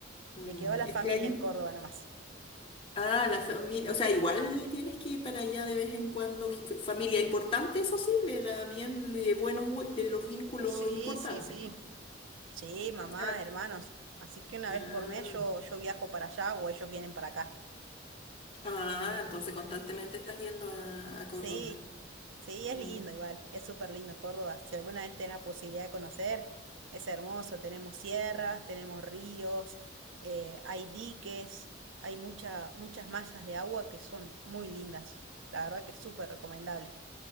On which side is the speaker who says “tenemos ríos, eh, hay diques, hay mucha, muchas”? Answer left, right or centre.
Right